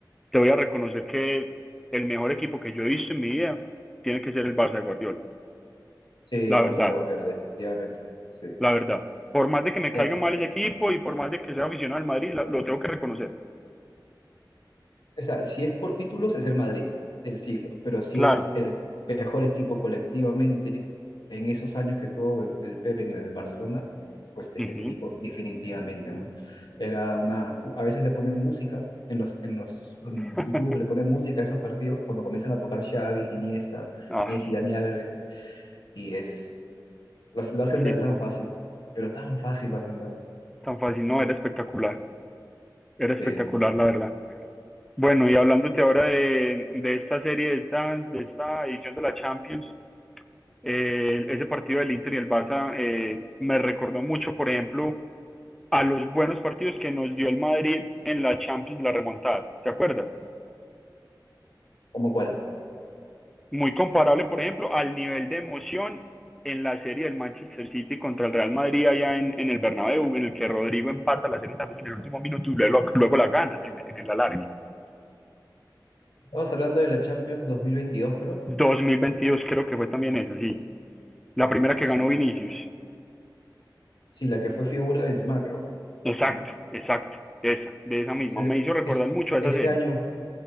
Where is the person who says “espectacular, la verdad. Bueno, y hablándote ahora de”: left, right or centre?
Centre